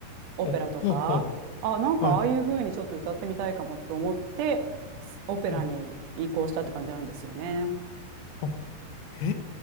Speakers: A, on the right; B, on the left.
A: オペラとか、
B: お、ほうほ
A: あ、なんかああいう風にちょっと歌ってみたいかもと思って、
B: う。はい。
A: すオペラに移行したって感じなんですよね。
B: うん。あ、へ